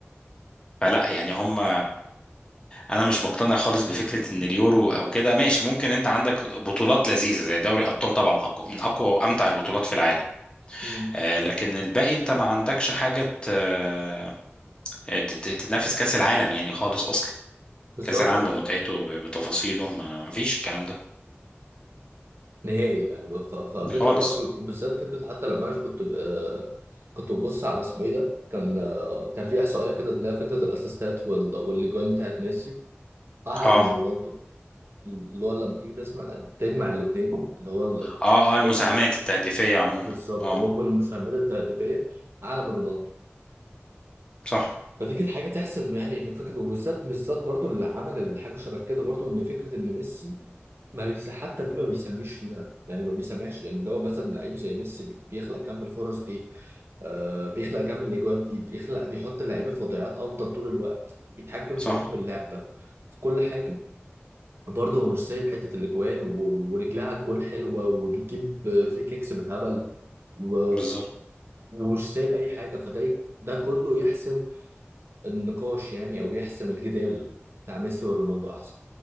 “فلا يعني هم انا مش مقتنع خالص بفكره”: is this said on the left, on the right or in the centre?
Left